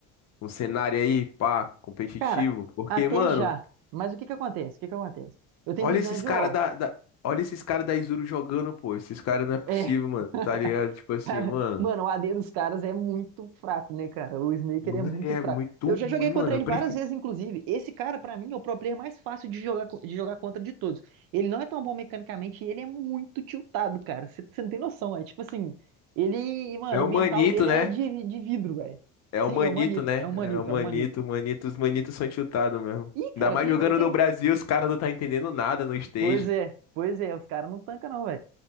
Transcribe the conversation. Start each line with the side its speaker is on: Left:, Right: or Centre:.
Left: um cenário aí, pá, competitivo?
Right: Cara,
Left: Porque,
Right: até
Left: mano,
Right: já. Mas o que que acontece? O que que acontece? Eu tenho
Left: olha
Right: muitos
Left: esses
Right: anos de
Left: cara
Right: LoL.
Left: da, da- Olha esses cara da Izuru jogando, pô. Esses cara não é possível,
Right: É,
Left: mano. Tá ligado?
Right: <laughs>
Left: Tipo assim,
Right: cara,
Left: mano.
Right: mano, o A d dos caras é muito fraco, né, cara? O Snaker
Left: Mano,
Right: é muito
Left: ele é
Right: fraco.
Left: muito
Right: Eu
Left: ruim,
Right: já joguei contra
Left: mano.
Right: ele
Left: Eu prefiro.
Right: várias vezes, inclusive. Esse cara, pra mim, é o pro player mais fácil de jogar, co- de jogar contra de todos. Ele não é tão bom mecanicamente e ele é muito tiltado, cara. Você não tem noção, é tipo assim, ele, mano,
Left: É o
Right: o mental
Left: Manito,
Right: dele
Left: né?
Right: é de, de vidro, velho.
Left: É
Right: Sim,
Left: o Manito,
Right: é um manito,
Left: né?
Right: é um manito,
Left: É o Manito,
Right: é um manito.
Left: Manito. Os Manitos são chutados mesmo.
Right: Ih,
Left: Ainda
Right: cara,
Left: mais
Right: eu tenho,
Left: jogando
Right: eu tenho
Left: no Brasil, os caras não tá entendendo nada no stage.
Right: Pois é, pois é, os caras não tancam não, velho.